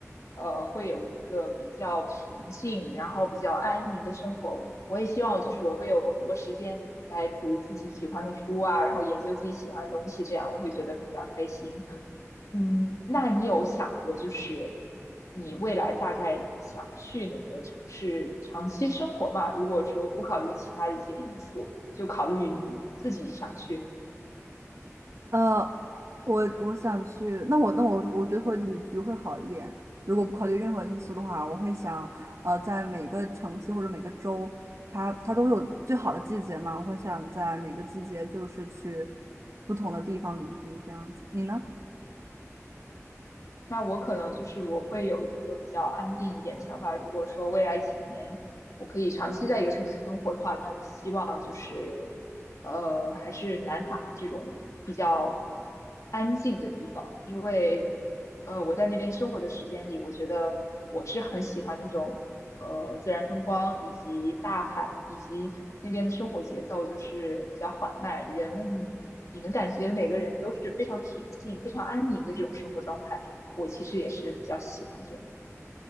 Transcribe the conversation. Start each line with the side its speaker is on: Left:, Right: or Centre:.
Left: 呃会有一个比较平静，然后比较安宁的生活。我我也希望就是我会有很多时间来读自己喜欢的书啊，然后研究自己喜欢的东西，这样我会觉得比较开心。嗯，那你有想过，就是你未来大概想去哪个城市长期生活吗？如果说不考虑其他的一些因素，就考虑你自己想去
Right: 呃，我我想去，那我那我我觉得会旅居会好一点。如果不考虑任何因素的话，我会想，呃，在每个城市或者每个州，它它都会有最好的季节嘛，我会想在每个季节就是去不同的地方旅居这样子。你呢？
Left: 那我可能就是我会有一个比较安定一点的想法。如果说未来几年我可以长期在一个城市生活的话，那我希望就是呃还是南法这种比较安静的地方，因为呃我在那边生活的时间里，我觉得我是很喜欢那种呃自然风光以及大海以及那边的生活节奏就是比较缓慢，人们。你能感觉每个人都是非常平静、非常安宁的这种生活状态。我其实也是比较喜欢这样。